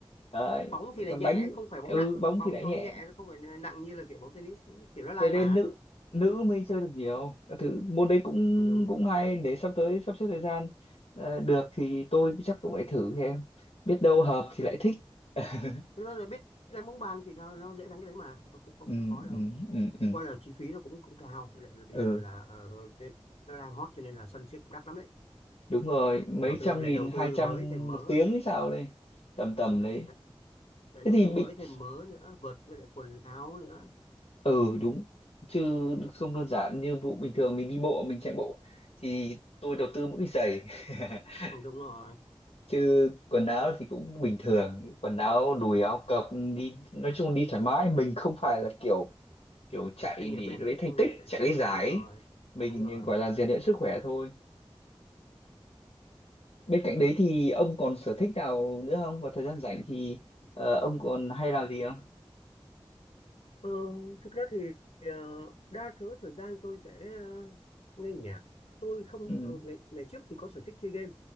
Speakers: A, on the left; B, on the left.
A: Đấy.
B: bóng thì là
A: còn
B: nhẹ
A: đánh
B: không phải bóng
A: ừ
B: nặng
A: bóng
B: bóng
A: thì đánh
B: thì bóng
A: nhẹ
B: nhẹ nó không phải nặng như là kiểu bóng tennis kiểu nó lai
A: thế nên
B: mà
A: nữ nữ mới chơi được nhiều các thứ môn đấy cũng
B: Ừ, đúng rồi.
A: cũng hay để sắp tới sắp xếp thời gian ờ, được thì tôi chắc cũng phải thử xem biết đâu hợp thì
B: thực
A: lại thích <laughs>
B: thực ra là biết đánh bóng bàn thì nó nó dễ đánh cái đấy mà nó không không,
A: ừ,
B: không khó đâu
A: ừ, ừ, ừ.
B: Chẳng qua là chi phí nó cũng cũng cao Với lại là bây
A: Ừ.
B: giờ là ờ, cái- nó đang hot cho nên là sân siếc cũng đắt lắm đấy
A: đúng rồi mấy
B: đầu tư
A: trăm
B: lại
A: nghìn
B: đầu
A: hai
B: tư
A: trăm
B: mới thêm mớ
A: một tiếng hay sao đây tầm tầm
B: đúng rồi
A: đấy
B: đấy. lại
A: thế
B: đầu
A: thì
B: tư mới
A: mình
B: thêm mớ nữa vợt với lại quần áo nữa
A: ừ đúng chứ không đơn giản như vụ bình thường mình đi bộ mình chạy bộ thì tôi đầu tư mỗi cái giày <laughs>
B: Ừ, đúng rồi
A: chứ quần áo thì cũng bình thường quần áo đùi áo cộc đi nói chung đi thoải mái mình không phải là kiểu kiểu chạy
B: Ừ, chuyên nghiệp
A: để
B: ấy
A: lấy
B: Ừ,
A: thành tích
B: chạy
A: chạy
B: chuyên
A: lấy
B: nghiệp
A: giải
B: đúng rồi
A: ấy. mình
B: đúng rồi
A: gọi là rèn luyện sức khỏe thôi bên cạnh đấy thì ông còn sở thích nào nữa không vào thời gian rảnh thì ờ, ông còn hay làm gì không
B: Ờ, thực ra thì ờ, đa số thời gian tôi sẽ ờ, nghe nhạc. Tôi không
A: ừ.
B: ờ, ngày ngày trước thì có sở thích chơi game.